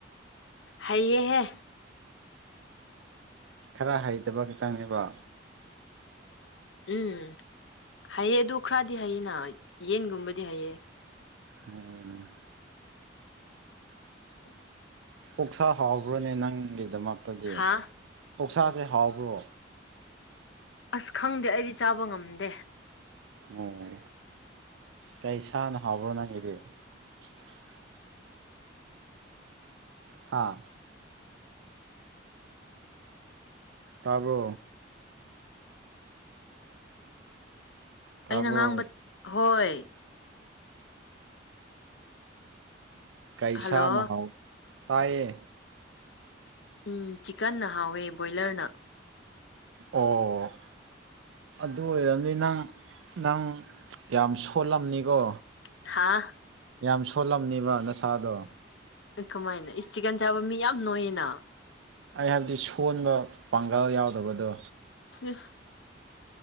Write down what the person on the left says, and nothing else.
ꯍꯩꯌꯦ ꯍꯦ꯫
ꯎꯝ ꯍꯩꯌꯦ ꯑꯗꯨ ꯈꯔꯗꯤ ꯍꯩꯌꯦꯅ ꯌꯦꯟꯒꯨꯝꯕꯗꯤ ꯍꯩꯌꯦ꯫
<unintelligible>
ꯍꯥ
ꯑꯁ ꯈꯪꯗꯦ ꯑꯩꯗꯤ ꯆꯥꯕ ꯉꯝꯗꯦ꯫
ꯑꯩꯅ ꯉꯥꯡꯕ ꯍꯣꯏ
ꯍꯜꯂꯣ
ꯎꯝ ꯆꯤꯛꯀꯟꯅ ꯍꯥꯎꯋꯦ ꯕꯣꯏꯂꯔꯅ
ꯍꯥꯥ
ꯀꯃꯥꯏꯅ ꯏꯁ ꯆꯤꯛꯀꯟ ꯆꯥꯕ ꯃꯤ ꯌꯥꯝ ꯅꯣꯏꯌꯦꯅ
ꯎ